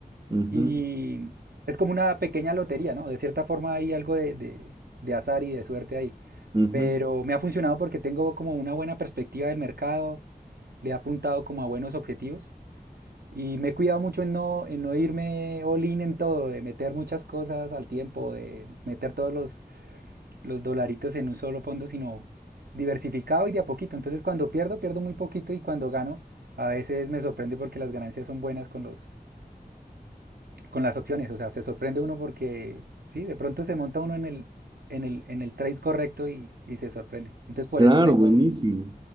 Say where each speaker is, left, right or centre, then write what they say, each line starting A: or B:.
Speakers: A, on the right; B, on the right.
A: ujú,
B: y es como una pequeña lotería, ¿no? De cierta forma hay algo de, de- de azar y de suerte ahí.
A: ujú,
B: Pero me ha funcionado porque tengo como una buena perspectiva del mercado, le he apuntado como a buenos objetivos y me he cuidado mucho en no, en no irme all in en todo, de meter muchas cosas al tiempo, de meter todos los, los dolaritos en un solo fondo, sino diversificado y de a poquito. Entonces cuando pierdo, pierdo muy poquito y cuando gano, a veces me sorprende porque las ganancias son buenas con los, con las opciones, o sea, se sorprende uno porque, sí, de pronto se monta uno en el, en el, en el trade correcto y, y se sorprende. Entonces, por
A: Claro,
B: eso tengo,
A: buenísimo.